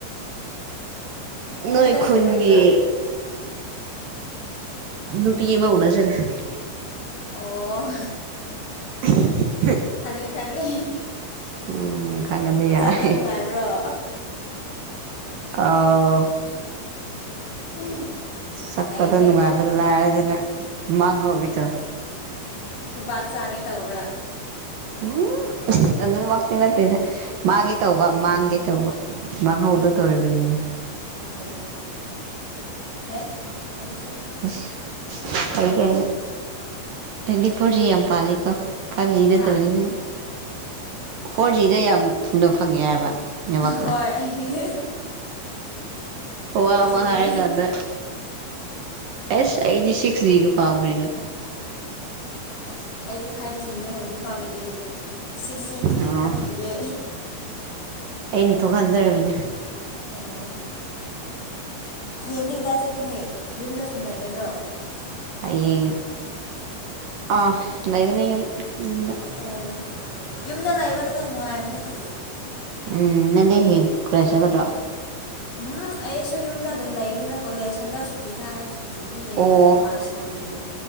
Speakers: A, on the right; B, on the left.
A: ꯅꯣꯏ
B: ꯌꯨꯝꯗ
A: ꯈꯨꯟꯒꯤ
B: ꯁꯨꯝ ꯂꯩꯕ꯭ꯔꯥ
A: ꯅꯨꯄꯤ ꯑꯃ ꯎꯅ ꯆꯠꯂꯦ
B: ꯑꯣ
A: <unintelligible>
B: ꯈꯪꯉꯦ ꯈꯪꯉꯦ
A: ꯎꯝ ꯈꯪꯉꯗꯤ ꯌꯥꯔꯦ
B: ꯆꯠꯄ ꯅꯨꯡꯉꯥꯏꯕ꯭ꯔꯣ
A: ꯑꯥꯎ
B: <unintelligible>
A: ꯆꯠꯄꯗꯣ
B: ꯐꯩꯌꯦꯅꯦ
A: ꯅꯨꯡꯉꯥꯏꯕꯗꯤ ꯂꯥꯏꯔꯗꯅ ꯃꯥꯡꯍꯧꯒꯦ ꯇꯧ
B: ꯈꯨꯕꯥꯛ ꯆꯥꯒꯦ ꯇꯧꯕ꯭ꯔꯥ
A: ꯎꯝ ꯑꯗꯨꯃꯛ ꯇꯤ ꯅꯠꯇꯦꯗ ꯃꯥꯡꯒꯦ ꯇꯧꯕ ꯃꯥꯡꯒꯦ ꯇꯧꯕ ꯃꯥꯡꯍꯧꯗꯣ
B: ꯑꯣ
A: ꯇꯧꯔꯤꯕꯅꯤꯅꯦ
B: ꯑꯦ ꯐꯩ ꯑꯗꯨꯁꯨ
A: ꯐꯩ ꯀꯥꯏꯅ ꯇ꯭ꯋꯦꯟꯇꯤ ꯐꯣꯔ ꯖꯤ ꯌꯥꯝ ꯄꯥꯜꯂꯤꯀꯣ ꯐꯥꯏꯚ ꯖꯤ ꯅꯠꯇꯕꯅꯤꯅ
B: ꯍꯥ
A: ꯐꯣꯔ ꯖꯤꯗ ꯌꯥꯝ ꯊꯨꯅ ꯐꯪꯉꯦ ꯍꯥꯏꯕ ꯅꯦꯠꯋꯥꯛꯇ
B: ꯍꯣꯏ ꯐꯥꯏꯚ
A: ꯋꯥ ꯑꯃ
B: ꯖꯤꯅꯦ
A: ꯍꯥꯏꯔꯀꯥꯟꯗ ꯑꯦꯁ ꯑꯩꯗꯤ ꯁꯤꯛꯁ ꯖꯤꯒ ꯄꯥꯝꯈ꯭ꯔꯦꯗ
B: ꯑꯁ ꯑꯩꯗꯤ ꯐꯥꯏꯐ ꯖꯤꯅꯦ ꯍꯧꯖꯤꯛ ꯐꯥꯎꯒꯤꯗꯤ ꯁꯤꯛꯁ ꯖꯤꯗꯤ
A: ꯑꯣ
B: ꯈꯪꯗ꯭ꯔꯤꯌꯦ
A: ꯑꯩꯅ ꯊꯣꯛꯍꯟꯗꯔꯕꯅꯦ
B: ꯑꯣ ꯍꯌꯦꯡꯗꯤ ꯀꯗꯥꯏ ꯆꯠꯀꯅꯤ ꯌꯨꯝꯗ ꯁꯨꯝ ꯂꯩꯒꯗ꯭ꯔꯣ
A: ꯍꯌꯦꯡ ꯑꯥ ꯂꯩꯒꯅꯤ ꯌꯨꯝ ꯌꯨꯝꯗ
B: ꯑꯣ ꯌꯨꯝꯗ ꯂꯩꯕꯗꯨꯅ ꯅꯨꯡꯉꯥꯏꯕꯅꯤꯗ
A: ꯎꯝ ꯅꯪꯗꯤ ꯍꯌꯦꯡ ꯀꫭꯂꯦꯖ ꯆꯠꯀꯗ꯭ꯔꯣ
B: ꯎꯝ ꯑꯩꯁꯨ ꯌꯨꯝꯗ ꯑꯗꯨꯝ ꯂꯩꯒꯅꯤꯅ ꯀꯣꯂꯦꯖ ꯍꯟꯗꯛ ꯁꯨꯇꯤ ꯊꯥꯏꯌꯦ ꯁꯨꯖꯤ ꯄꯤꯔꯤ
A: ꯑꯣ
B: ꯑꯩꯈꯣꯏ ꯀ꯭ꯂꯥꯁ ꯍꯧꯗ꯭ꯔꯤ